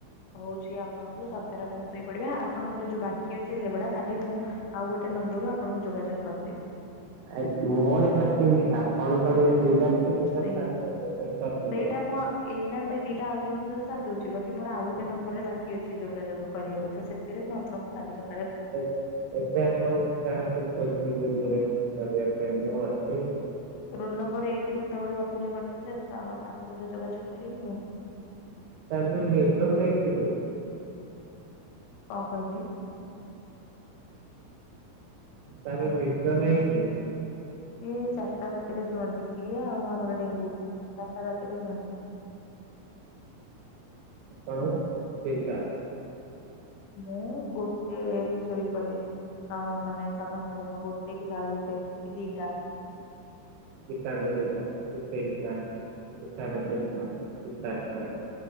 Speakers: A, on the left; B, on the right.
A: ହଉଛି ଆପଣଙ୍କୁ ସତରେ ଆପଣ ଶୋଇପଡିବା ଆପଣଙ୍କର ଯୋଉ ବାକି ଅଛି ସେଗୁଡା କାଲି ମୁଁ ଆଉ ଗୋଟେ ନମ୍ବ ମୋର ଆପଣଙ୍କୁ ଯୋଗାଯୋଗ କରିଦେବି।
B: ଆ ମୋର ବାକି ନାହିଁ ଆପଣ କରିବେ ଦିଟା
A: ସେଇ
B: <unintelligible>
A: ସେଇଟା ମୁଁ ଏଇନା ସେଇ ଦିଟା ଆଉ ଜଣଙ୍କ ସହ ସାରିଦଉଛି ବାକି ମୋର ଆଉ ଗୋଟେ ନମ୍ବରରେ ବାକି ଅଛି ଯୋଗାଯୋଗ କରିବାକୁ ତ ସେଥିରେ ମୁଁ ଆପଣଙ୍କୁ କାଲିର
B: ଏବେ ଏବେ ଆପଣ ତାହାକୁ ଖୋଜି ପାରିବ। କରିବା ପାଇଁ ମୁଁ ଅଛି।
A: ରୋଲ ନମ୍ବର ଏକେ ସେତେବେଳେ ଅପେକ୍ଷା କରିଛନ୍ତି ତା-ତାଙ୍କ ସହିତ ଯୋଗାଯୋଗ କରିବେ ଆଉ।
B: ତାକୁ ନିଦ ନାଇ ଖୋଜେ।
A: କଣ କହିଲେ?
B: ତାର ନିଦ ନାହିଁକି?
A: ସିଏ ଚାରିଟା ରାତିରେ ଶୁଅନ୍ତି। ଇଏ ଆଉ ଆମର ଡେଙ୍ଗୁ ଚାରିଟା ରାତିରେ ଶୁଅନ୍ତି।
B: ଆପଣ ତିନିଟା।
A: ମୁଁ ଗୋଟେଏରେ ଶୋଇପଡେ। ଅ ମାନେ ସାଧାରଣତଃହ ଗୋଟେ କି ସାଢେ ଗୋଟେ କି ଦିଟା।
B: ବିଷାର ଦୁଇଟା <unintelligible> ବିଷାର ତିନିଟା। ସେ ଚାରିଟା।